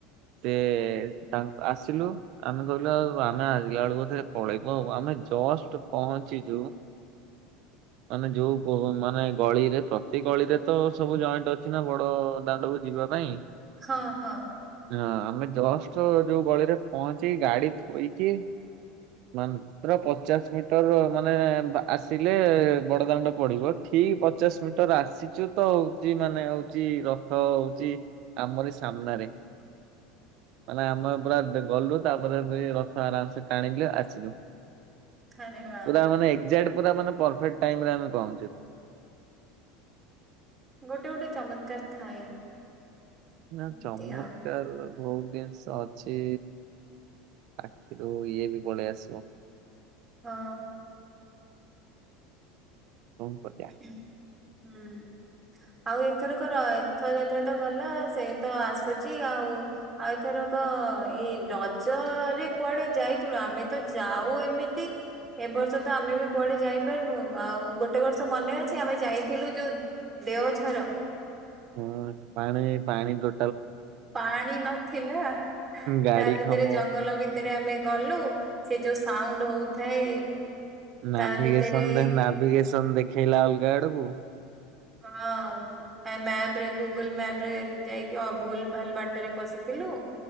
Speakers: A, on the right (about 55°); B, on the right (about 20°).
A: ସେ ତାଙ୍କ ଆସିଲୁ ଆମେକହିଲୁ ଆଉ ଆମେଆସିଲା ବେଳକୁ ବୋଧେ। ପଳେଇବ ଆଉ ଆମେ ଜଷ୍ଟ ପହଞ୍ଚିଚୁ ମାନେ ଯୋଉ ମାନେ ଗଳିରେ ପ୍ରତି ଗଳିରେତ ସବୁ ଜଏଣ୍ଟ ଅଛିନା ବଡ ଦାଣ୍ଡବୋଲି। ଯିବାପାଇଁ।
B: ହଁ ହଁ।
A: ହଁ ଆମେ ଜଷ୍ଟ ଯୋଉ ଗଳିରେ ପହଞ୍ଚିି ଗାଡି ଥୋଇକି ମାନେ ପୁରା ପଚାଶ ମିଟର ମାନେ ଆସିଲେ ବଡଦାଣ୍ଡ ପଡିବ ଠିକ ପଚାଶ ମିଟର ଆସିଚୁତ ହଉଛି ମାନେ ହଉଛି ରଥ ହଉଛି। ଆମର ଏଇ ସାମ୍ନାରେ ମାନେ ଆମେ ପୁରା ଗଲୁ ତାପରେ ସେଇ ରଥ ଆରାମସେ ଟାଣିଲି ଆସିଲୁ।
B: <inaudible> ବାଃ
A: ପୁରା ମାନେ ଏକେଜାଟ ପୁରା ମାନେ ପରଫେକ୍ଟ ଟାଇରେ ଆମେ ପହଞ୍ଚିଲୁ।
B: ଗୋଟେ ଗୋଟେ ଚମତ୍କାର ଥାଏ।
A: ନାଁ
B: ଏମିତି
A: ଚମତ୍କାରର।
B: ଆଉ
A: ବହୁତ ଜିନିଷଅଛି ଆଖିରୁୁ ଇଏବି ପଳେଇଆସିବ।
B: ହଁ।
A: ହୋଉ କରିବା।
B: <unintelligible> ହୁଁ। ଆଉ ଏଥରକ ର ଏଥରକତ ଗଲା ସେତ ଆସୁଛି ଆଉ। ଆଉ ଏଥରକ ଏଇ ରଜରେ କୁଆଡେ ଯାଇଥିଲ ଆମେତ ଯାଉ ଏମିତି। ଏ ବର୍ଷତ ଆମେବି କୁଆଡେ ଯାଇପାରନୁ ଆଉ ଗୋଟେବର୍ଷ। ସ ମନେଅଛି ଆମେ ଯାଇଥିଲୁ ଯୋଉ ଦେଓଝର।
A: ଉୁଁ ପାଣି ପାଣି ଗୋ
B: ପାଣି ନଥିଲା
A: ଗାଡି
B: ତାଭିତରେ
A: ଖମ
B: ଜଙ୍ଗଲ ଭିତରେ ଆମେଗଲୁ। ସେ ଯୋଉ ସାଉଣ୍ଡ୍ ହଉଥାଏ
A: ନାଭିଗେସନ୍
B: ତା ଭିତରେ
A: ଦେନ୍ ନାଭିଗେସନ୍ ଦେଖେଇଲା ଅଲଗା ଆଡୁକୁ
B: ହଁ <unintelligible> ଏଁ ମ୍ୟାପ୍ ରେ ଗୁଗୁଲ୍ ମ୍ୟାପ୍ ରେ ଯାଇକି ଅ ଭୁଲ୍ ଭାଲ୍ ବାଟେରେ ପଶିଥିଲୁ?